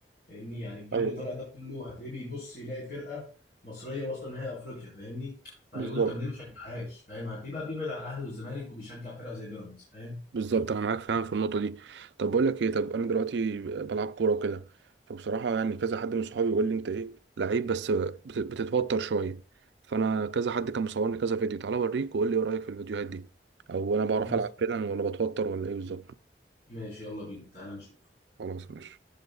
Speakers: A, on the left (about 55°); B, on the right (about 80°).
A: فاهمني يعني الجيل
B: ايوه
A: اللي طالع ده كله هتلاقيه بيبص يلاقي فرقه مصريه واصله نهائي افريقيا فاهمني فهيقول
B: بالظبط
A: طب ليه ما اشجعهاش فاهم هتلاقيه بقى بيبعد عن الاهلي والزمالك وبيشجع فرقه زي بيراميدز فاهم
B: بالظبط انا معاك فعلا في النقطه دي طب بقول لك ايه طب انا دلوقتي بلعب كوره وكده فبصراحه يعني كذا حد من صحابي بيقول لي انت ايه لعيب بس بت- بتتوتر شويه فانا كذا حد كان مصورني كذا فيديو تعالى اوريك وقول لي ايه رايك في الفيديوهات دي او انا بعرف
A: خلاص
B: العب فعلا ولا بتوتر ولا ايه بالظبط
A: ماشي يلا بينا تعالى نشوف
B: خلاص ماشي